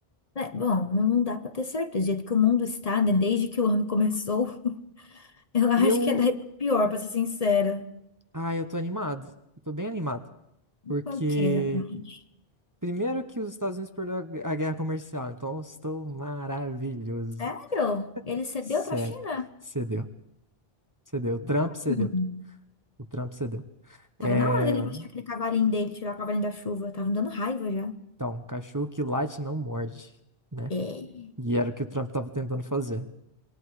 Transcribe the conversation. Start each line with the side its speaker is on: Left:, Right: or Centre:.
Left: é, bom, não dá pra ter certeza. Do jeito que o mundo está, né? Desde que o ano começou, <laughs> eu acho
Right: E eu,
Left: que é daí pra pior, pra ser sincera.
Right: ah, eu tô animado. Eu tô bem animado, porque
Left: Por que exatamente?
Right: primeiro que os Estados Unidos perdeu a gu- a guerra comercial, então eu estou maravilhoso.
Left: Sério? Ele cedeu
Right: Sério,
Left: pra China?
Right: cedeu. Cedeu. O Trump cedeu.
Left: Hum,
Right: O Trump cedeu.
Left: tava
Right: É,
Left: na hora dele baixar aquele cavalinho dele, tirar o cavalinho da chuva. Tava me dando raiva já.
Right: então, cachorro que late não morde, né?
Left: É.
Right: E era o que o Trump tava tentando fazer.